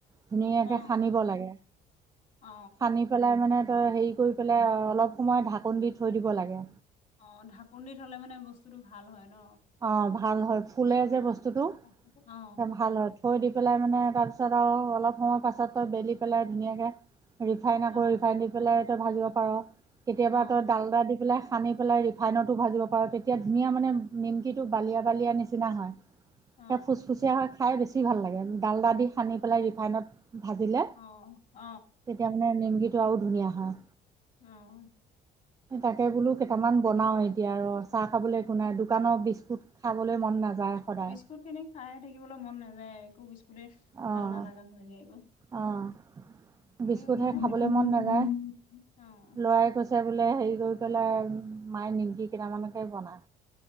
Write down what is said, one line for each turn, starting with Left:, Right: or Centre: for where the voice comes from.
Right: ধুনীয়াকে
Left: অ
Right: সানিব লাগে,
Left: অ
Right: সানি- পেলাই মানে তই হেৰি কৰি পেলাই অলপ সময় ঢাকন দি থৈ দিব লাগে।
Left: অঁ' ঢাকোন দি থলে মানে বস্তুটো ভাল হয় ন।
Right: অঁ' ভাল হয়, ফুলে যে বস্তুটো
Left: অ অ
Right: সে ভাল হয়। থৈ দি পেলাই মানে তাৰপিছত আৰু অলপ সময় পাছত তয় বেলি পেলাই ধুনীয়াকে- ৰিফাইন আকৌ
Left: অ
Right: ৰিফাইন দি পেলাই তই ভাজিব পাৰ, কেতিয়াবা
Left: অ
Right: তই ডালডা দি পেলাই- সানি পেলাই ৰিফাইনটো ভাজিব পাৰ, তেতিয়া ধুনীয়া মানে নিমকিটো বালিয়া বালিয়া নিচিনা হয়।
Left: অ
Right: সেই ফুচফুচিয়া হৈ খাই বেছি ভাল লাগে, ডালডা দি সানি পেলাই ৰিফাইনত- ভাজিলে,
Left: অ অ
Right: তেতিয়া মানে নিমকিটো আৰু ধুনীয়া হয়।
Left: অঁ'
Right: হে তাকে বোলো কেইটামান বনাও এতিয়া ৰ। চাহ খাবলে একো নাই, দোকানৰ বিস্কুট খাবলে মন নাযায়। সদায়
Left: বিস্কুট খিনি খাই থাকিবলৈ মন নাযায় একো বিস্কুটে ভাল
Right: অঁ
Left: নালাগা হৈ যায় একো।
Right: অঁ'
Left: ঠিকেই
Right: বিস্কুটহে
Left: ময়ো
Right: খাবলৈ
Left: কেটামানক
Right: মন
Left: <unintelligible>
Right: নাযায়
Left: অঁ'।
Right: ল'ৰাই কৈছে বোলে হেৰি কৰি পেলাই মায়ে নিমকি কেইটামানকে বনা